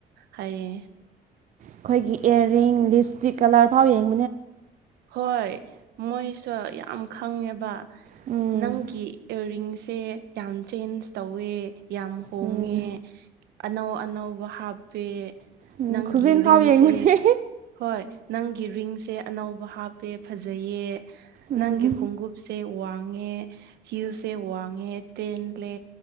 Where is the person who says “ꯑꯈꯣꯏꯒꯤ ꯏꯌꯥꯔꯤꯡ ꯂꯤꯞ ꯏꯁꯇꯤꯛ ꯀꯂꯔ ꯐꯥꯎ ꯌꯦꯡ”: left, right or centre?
Right